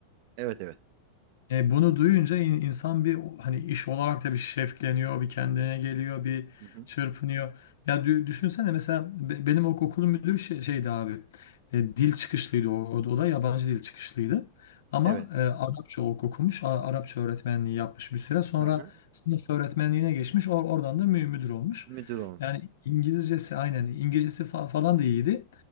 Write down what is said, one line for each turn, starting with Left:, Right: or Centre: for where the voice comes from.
Right: Evet evet.
Left: E, bunu duyunca in- insan bir hani iş olarak da bir şevkleniyor, bir kendine geliyor, bir
Right: Hı hı.
Left: çırpınıyor. Ya dü- düşünsene mesela be- benim ok- okulun müdürü şey, şeydi abi. E, dil çıkışlıydı o, o da o da yabancı dil çıkışlıydı. Ama
Right: Evet.
Left: e, Arapça ok- okumuş, A- Arapça öğretmenliği yapmış bir süre sonra
Right: Hı hı.
Left: sınıf öğretmenliğine geçmiş. Or- oradan da mü- müdür olmuş.
Right: Müdür olmuş.
Left: Yani İngilizcesi aynen İngilizcesi fa- falan da iyiydi.